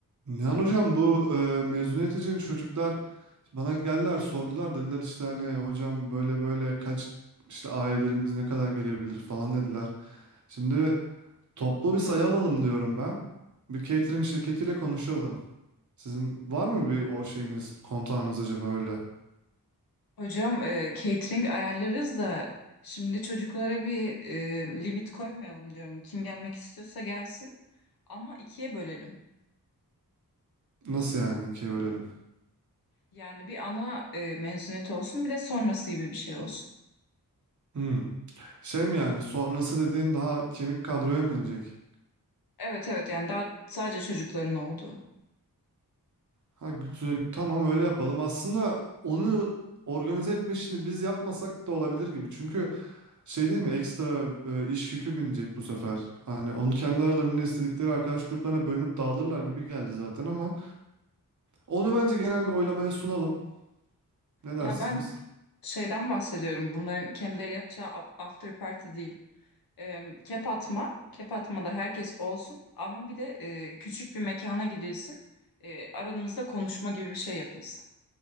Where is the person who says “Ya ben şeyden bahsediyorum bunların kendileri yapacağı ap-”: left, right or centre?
Left